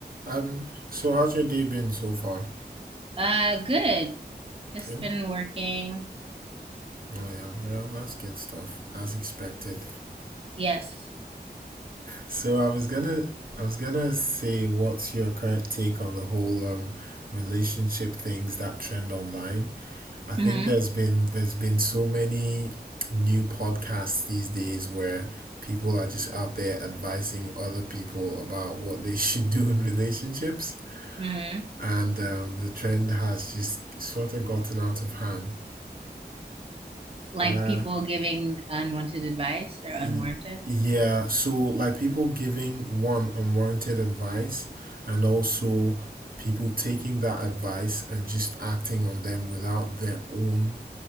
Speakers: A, on the right; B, on the right.
A: Um, so how's your day been so far?
B: Uh, good. Just
A: Good.
B: been working.
A: Oh yeah, well, that's good stuff, as expected.
B: Yes.
A: So I was gonna, I was gonna say, what's your current take on the whole um relationship things that trend online? I think
B: hmm
A: there's been there's been so many new podcasts these days where people are just out there advising other people about what they <laughs> should do in relationships,
B: hmm
A: and um, the trend has just sort of gotten out of hand.
B: Like
A: Uh,
B: people giving unwanted advice or
A: Y-
B: unwarranted.
A: Yeah, so like people giving one unwarranted advice and also people taking that advice and just acting on them without their own